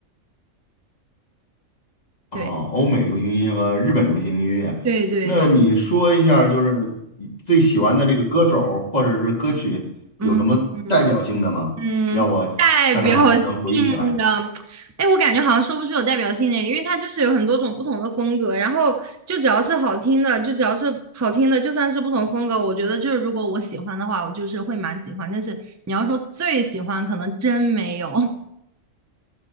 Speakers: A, on the left; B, on the right.
A: 啊，
B: 对，
A: 欧美流行音乐和日本流行音乐，
B: 对对对，
A: 那你说一下儿就是你最喜欢的这个歌手儿或者是歌曲有什么代表性的吗？
B: 嗯嗯。嗯，
A: 让我看看能不能回忆起来。
B: 代表性的，哎，我感觉好像说不出有代表性的，因为它就是有很多种不同的风格，然后就只要是好听的，就只要是好听的，就算是不同风格，我觉得就是如果我喜欢的话，我就是会蛮喜欢，但是你要说最喜欢，可能真没有。<laughs>